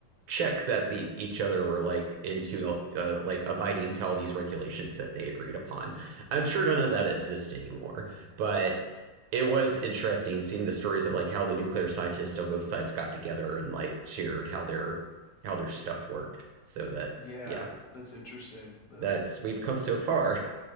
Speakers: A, on the right; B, on the left.
A: check that the each other were like into uh, like abiding to all these regulations that they agreed upon. I'm sure none
B: Mhm.
A: of that exists anymore, but it was interesting seeing the stories of like how the nuclear scientists on both sides got together and like shared how their how their stuff worked so that
B: Yeah,
A: yeah
B: that's interesting. That
A: that's we've come so far <laughs>